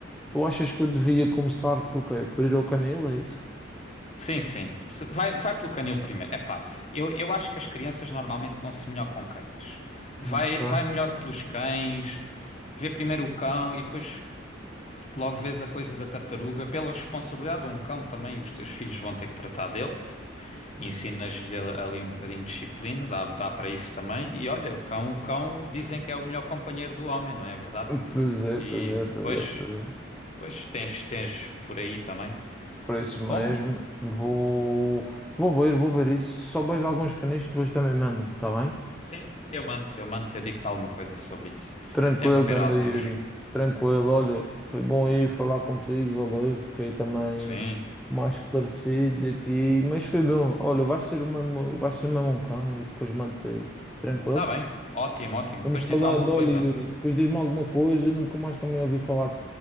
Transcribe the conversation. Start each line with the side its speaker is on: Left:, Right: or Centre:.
Centre: Tu achas que eu devia começar por quê? Por ir ao canil, é isso?
Left: Sim, sim. Se- Vai, vai pelo canil primeiro. Epá, eu, eu acho que as crianças normalmente estão-se melhor com cães. Vai,
Centre: Ok.
Left: vai melhor pelos cães, vê primeiro o cão e depois logo vês a coisa da tartaruga. Pela responsabilidade de um cão também, os teus filhos vão ter que tratar dele. Ensinas-lhe ali um bocadinho de disciplina, dá, dá para isso também. E olha, o cão, o cão dizem que é o melhor companheiro do homem, não é verdade?
Centre: Pois é,
Left: E
Centre: pois é, pois
Left: pois,
Centre: é, pois é.
Left: pois tens, tens por aí também.
Centre: Por isso mesmo,
Left: Bom.
Centre: vou. Vou ver, vou ver isso. Se souberes de alguns canis, depois também manda-me, está bem?
Left: Sim, eu mando, eu mando, eu digo-te alguma coisa sobre isso.
Centre: Tranquilo,
Left: Deve haver
Centre: ganda
Left: alguns.
Centre: Yuri. Tranquilo, olha, foi bom aí falar contigo, valeu. Fiquei também
Left: Sim,
Centre: mais esclarecido aqui, mas foi bom. Olha, vai ser mesmo, vai ser mesmo um cão e depois mantei. Tranquilo?
Left: tá bem. Ótimo, ótimo.
Centre: Vamos
Left: Pois
Centre: falando,
Left: diz alguma
Centre: olha,
Left: coisa.
Centre: Yuri, depois diz-me alguma coisa, nunca mais também ouvi falar de